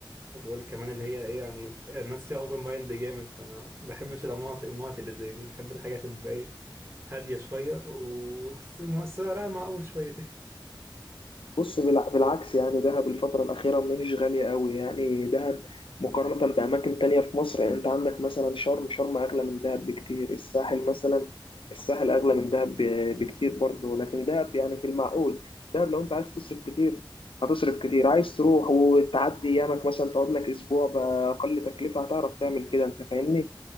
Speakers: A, on the right; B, on the left.
A: وبيقول كمان اللي هي إيه يعني ف- الناس فيها أوبن مايند جامد فأنا ما بحبش المناطق المناطق اللي زي دي بحب الحاجات اللي تبقى إيه هادية شوية وسعرها معقول شويتين
B: بص بالع- بالعكس يعني دهب الفترة الأخيرة ما هيش غالية قوي يعني دهب مقارنة بأماكن تانية في مصر يعني أنت عندك مثلا شرم شرم أغلى من دهب بكتير الساحل مثلا الساحل أغلى من دهب ب- بكتير برضه لكن دهب يعني في المعقول دهب لو أنت عايز تصرف كتير هتصرف كتير عايز تروح وتعدي أيامك مثلا تقعد لك أسبوع بأقل تكلفة هتعرف تعمل كده أنت فاهمني؟